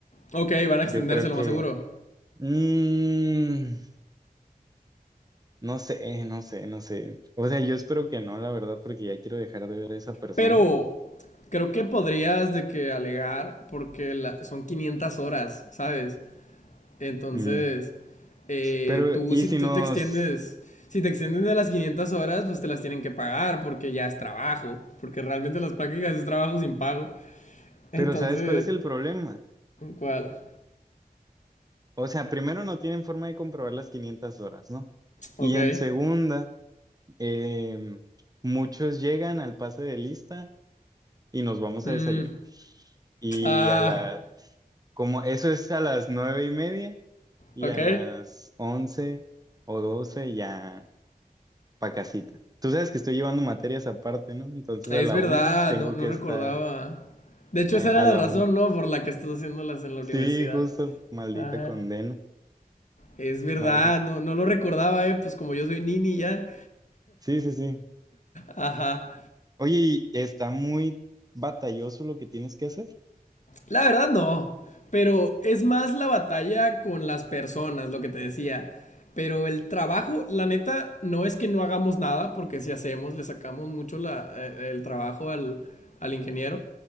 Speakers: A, on the left; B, on the right.
A: Ok, van a extenderse
B: yo creo
A: lo
B: que...
A: más seguro.
B: mm, no sé, no sé, no sé. O sea, yo espero que no, la verdad, porque ya quiero dejar de ver a esa persona.
A: Pero creo que podrías de que alegar porque la- son 500 horas, ¿sabes? Entonces,
B: Mm,
A: eh,
B: Pero,
A: tú
B: ¿y
A: si
B: si
A: tú
B: nos...
A: te extiendes, si te extienden de las 500 horas, pues te las tienen que pagar porque ya es trabajo, porque realmente las prácticas es trabajo sin pago. Entonces,
B: Pero, ¿sabes cuál es el problema?
A: ¿cuál?
B: O sea, primero no tienen forma de comprobar las 500 horas, ¿no? Y
A: Ok.
B: en segunda, em, muchos llegan al pase de lista y nos vamos
A: Mm,
B: a desayunar. Y
A: ah,
B: a la, como eso es a las nueve y media y
A: ok.
B: a las once o doce ya pa' casita. Tú sabes que estoy llevando materias aparte, ¿no? Entonces
A: Es
B: a la
A: verdad,
B: una tengo
A: no, no
B: que
A: recordaba.
B: estar
A: De hecho,
B: eh,
A: esa era
B: a
A: la
B: la
A: razón,
B: una.
A: ¿no? Por la que estás haciéndolas en la
B: Sí,
A: universidad.
B: justo, maldita
A: Ajá.
B: condena,
A: Es verdad,
B: maldita.
A: no, no lo recordaba, ¿eh? Pues como yo soy nini ya.
B: Sí, sí, sí.
A: Ajá.
B: Oye, y está muy batalloso lo que tienes que hacer.
A: La verdad no, pero es más la batalla con las personas, lo que te decía. Pero el trabajo, la neta, no es que no hagamos nada, porque si hacemos, le sacamos mucho la- eh, el trabajo al, al ingeniero.